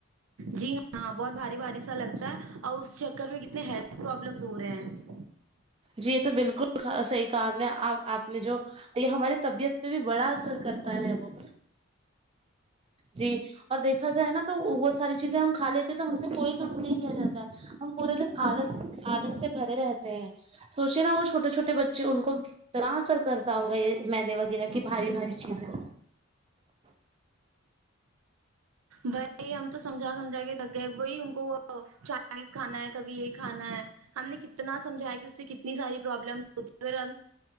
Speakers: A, on the right (about 85°); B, on the right (about 30°).
A: جی ہاں بہت بھاری بھاری سا لگتا ہے اور اس چکر میں کتنے ہیلتھ پروبلمس ہو رہے ہیں
B: جی یہ تو بلکل صحیح کہا آپ نے آپ آپ نے جو یہ ہماری طبیعت پہ بھی بڑا اثر کرتا ہے وہ جی اور دیکھا جائے نا تو وہ ساری چیزیں ہم کھا لیتے ہیں تو ہم سے کوئی کام نہیں کیا جاتا ہے ہم پورے دن آلس آلس سے بھرے رہتے ہیں سوچے نا وہ چھوٹے چھوٹے بچے ان کو اتنا اسر کرتا ہوگا یہ میدے وغیرہ کی بھاری بھاری چیزیں
A: بھائی ہم تو سمجھا سمجھا کے تھک گئے وہی ان کو وہ چینس کھانا ہے کبھی یہی کھانا ہے ہم نے کتنا سمجایا کہ اس سے کتنی ساری پرابلم ہوتی ہے